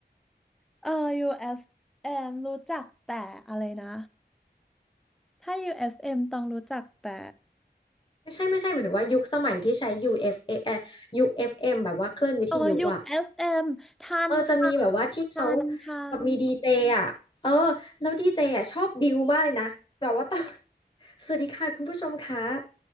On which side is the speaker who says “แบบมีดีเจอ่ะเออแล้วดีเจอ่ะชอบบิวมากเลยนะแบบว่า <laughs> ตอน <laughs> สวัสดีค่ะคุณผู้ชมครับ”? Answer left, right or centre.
Left